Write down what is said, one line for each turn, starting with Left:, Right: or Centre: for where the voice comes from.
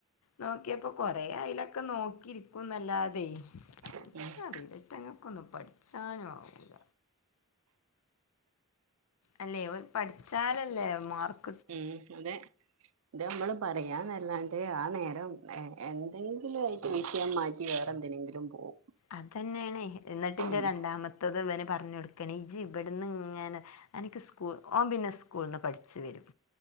Left: നോക്കിയപ്പോ കൊറേ അയ്ലൊക്കെ നോക്കിര്ക്കും ന്നല്ലാതെയ്.
Right: <unintelligible>
Left: അറീല റ്റങ്ങക്കൊന്നും പഠ്ച്ചാനും ആവുല. അല്ലേ ഒര് പഠ്ച്ചാലല്ലേ മാർക്
Right: ഉം അതെ ഇത് നമ്മള് പറയാന്നല്ലാണ്ട് ആ നേരം. ഏഹ് എന്തെങ്കിലു ആയിറ്റ് വിഷയം മാറ്റി വേറെന്തിനെങ്കിലും പോവും.
Left: അതെന്നേണയ് ഇന്നട്ടിൻ്റെ
Right: ഉം
Left: രണ്ടാമത്തത് വന് പർഞ്ഞൊട്ക്കണി ഇജ് ഇബട്ന്ന്ങ്ങനെ- അനക്ക് സ്കൂൾ ഓം പിന്നെ സ്കൂൾന്ന് പഠ്ച് വരും.